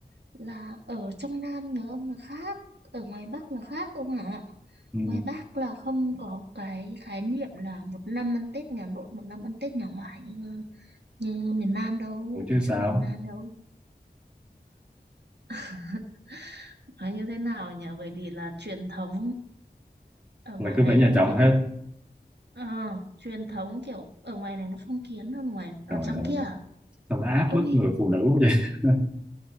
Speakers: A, on the right; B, in the centre.
A: là ở trong Nam nữa ông là khác, ở ngoài Bắc là khác ông ạ.
B: Ừ.
A: Ngoài Bắc là không có cái khái niệm là một năm ăn Tết nhà nội, một năm ăn Tết nhà ngoại như như miền Nam đâu,
B: Ủa
A: ở
B: chứ
A: miền
B: sao
A: Trung miền Nam đâu. <laughs> Nói như thế nào nhỉ? Bởi vì là truyền thống ở ngoài
B: là cứ
A: này
B: phải nhà
A: nó như
B: chồng
A: thế.
B: hết
A: Ờ, truyền thống kiểu ở ngoài này nó phong kiến hơn ngoài ở
B: trời
A: trong
B: ơi
A: kia. à?
B: sao nó áp
A: Tôi
B: bức người phụ nữ quá vậy <laughs>